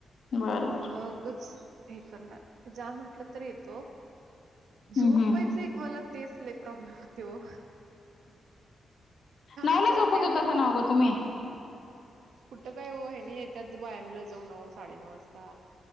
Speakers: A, on the left; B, on the right.
A: बर बर
B: मगच हे करणार जा म्हंटलं तर येतो झोपेच
A: हम्म हम्म
B: एक मला तेच, लैय प्रॉब्लेम होते ओ.
A: नऊ
B: असं
A: ला
B: वाटते
A: झोपत होता, सा नवं तुम्ही.
B: कुठं काय हो हेनी येत्यात, व्यायामला जाऊ नऊ साडे नऊ वाजता.